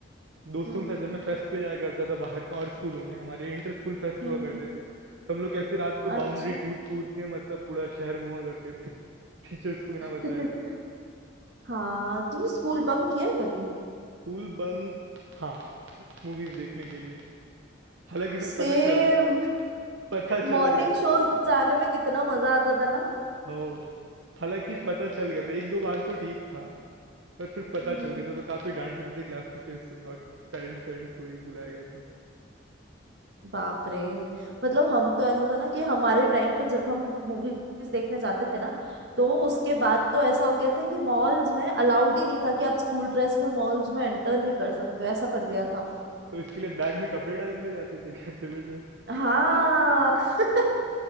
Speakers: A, on the right; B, on the right.
A: दोस्तों
B: हम्म
A: के साथ
B: हम्म
A: जब मैं फेस्ट पे जाया करता था बाहर का और स्कूलों में हमारे इंटर स्कूल फेस्ट
B: हम्म
A: हुआ
B: हम्म
A: करते थे तो हम लोग कैसे रात को
B: अच्छा
A: बाउंड्री कूद कूद के मतलब पूरा शहर घुमा करते थे <laughs> टीचर्स को बिना
B: <laughs>
A: बताए
B: हाँ तुमने स्कूल बंक किया है कभी
A: School bunk हाँ, मूवीज़ देखने के लिए। हालाँकि फिर
B: सेम
A: पता चल पता
B: मॉर्निंग
A: चल गया
B: शो <laughs> जाने में कितना मजा आता था ना
A: हो हालाँकि पता चल गया था, 1-2 बार तो ठीक था, पर फिर पता
B: हम्म
A: चल गया था तो काफ़ी डाँट मिली थी क्लास टीचर से और पेरेंट्स-वेरेंट्स को भी बुलाया गया था।
B: बाप रे मतलब हम तो ऐसा था ना कि हमारे टाइम पे जब हम मूवीज देखने जाते थे ना तो उसके बाद तो ऐसा हो गया था कि मॉल्स में अलाउड ही नहीं था कि आप स्कूल ड्रेस में मॉल्स में एंटर नहीं कर सकते हो, ऐसा कर दिया था
A: <laughs> तो इसके लिए बैग में कपड़े डाल के ले जाते थे क्या सिविल ड्रेस?
B: हाँ <laughs>